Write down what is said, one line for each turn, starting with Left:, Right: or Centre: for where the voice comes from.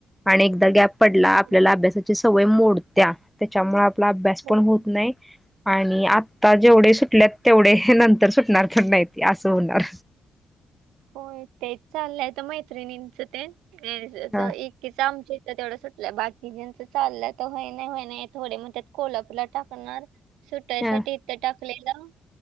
Centre: आणि एकदा गॅप पडला,
Right: होय.
Centre: आपल्याला अभ्यासाची सवय मोडऽ त्या, त्याच्यामुळं आपला अभ्यास
Right: होय.
Centre: पण होत नाही, आणि आता जेवढे सुटल्यातऽ तेवढे नंतर सुटणार पण नाहीती, असं होणार.
Right: होय तेच चाललंय तर मैत्रिणींच तेन,, हेच
Centre: हा
Right: एकऽ किच आमच्या इथं तेवढं सुटलंय,, बाकीजचं चाललंय तर होय नाही होय नाही, थोडे म्हणत्यात कीऽ कोल्हापुर ला टाकणार,, सुटायसाठी
Centre: हा
Right: इथं टाकलेलं,